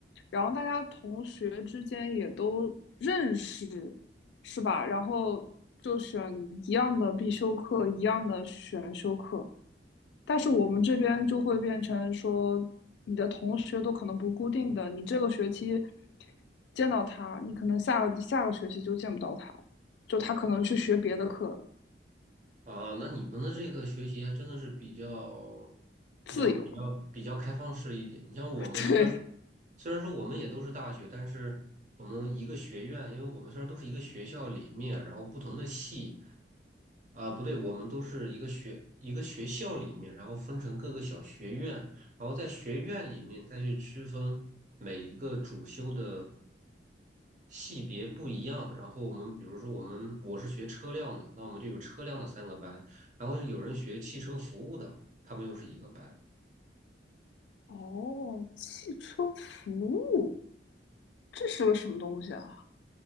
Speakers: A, on the left; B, on the right.
A: 然后大家同学之间也都认识，是吧？然后就选一样的必修课，一样的选修课。但是我们这边就会变成说，你的同学都可能不固定的，你这个学期见到他，你可能下个下个学期就见不到他，就他可能去学别的课
B: 啊？那你们的这个学习还真的是比较、比较、
A: 自由。
B: 比较、比较开放式一点。你像我们虽然
A: <laughs> 对，
B: 虽然说我们也都是大学，但是我们一个学院，因为我们虽然都是一个学校里面，然后不同的系啊，不对，我们都是一个学一个学校里面，然后分成各个小学院，然后在学院里面再去区分每一个主修的系别不一样。然后我们比如说我们我是学车辆的，那我们就有车辆的三个班，然后有人学汽车服务的，他们又是一个班。
A: 哦，汽车服务，这是个什么东西啊？